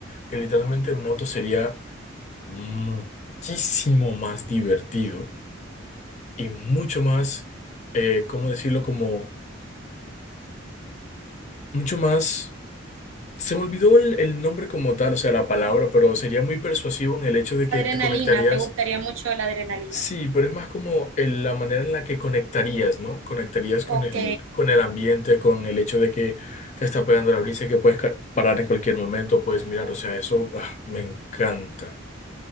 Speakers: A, on the left; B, on the right.
A: que literalmente en moto sería muchísimo más divertido y mucho más, eh, ¿cómo decirlo? Como mucho más Se me olvidó el, el nombre como tal, o sea, la palabra, pero sería muy persuasivo en el hecho de que
B: Adrenalina,
A: te conectarías.
B: ¿te gustaría mucho la adrenalina?
A: Sí, pero es más como el- la manera en la que conectarías, ¿no? Conectarías con
B: Ok.
A: el, con el ambiente, con el hecho de que te está pegando la brisa y que puedes ca- parar en cualquier momento, puedes mirar, o sea, eso ah, me encanta.